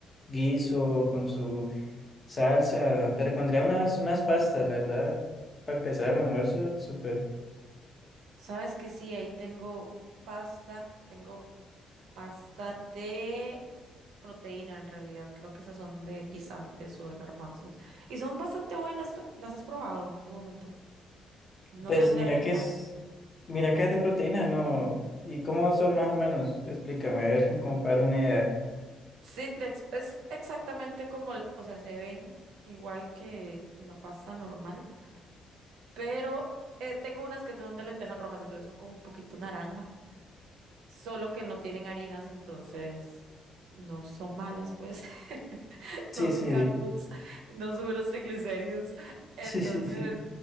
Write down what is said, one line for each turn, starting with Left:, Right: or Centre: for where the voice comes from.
Left: guiso, con su salsa. Te recomendaría unas, unas pastas, la verdad, para empezar el almuerzo, súper.
Right: Sabes que sí, ahí tengo pasta, tengo Pasta de proteína, en realidad. Creo que esas son de guisantes o de garbanzos. Y son bastante buenas. ¿Las has probado en algún momento? No
Left: Pues
Right: son de
Left: mira
Right: harina.
Left: que es, mira que es de proteína, ¿no? ¿Y cómo son más o menos? Explícame, a ver, <laughs> como para dar una idea.
Right: Sí, te ex- es exactamente como, el- o sea, se ven igual que la pasta normal, pero eh, tengo unas que son de lentejas rojas, entonces son con un poquito naranja, solo que no tienen harinas, entonces no son malas, pues. <laughs>
Left: Sí,
Right: No son
Left: sí.
Right: carbos, no suben los triglicéridos. Entonces,
Left: <laughs> sí, sí,